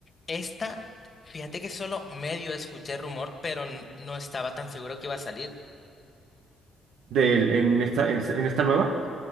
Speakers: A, on the left (about 35°); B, on the right (about 80°).
A: Esta, fíjate que solo medio escuché rumor, pero n- no estaba tan seguro que iba a salir.
B: Del, en esta, en en esta nueva.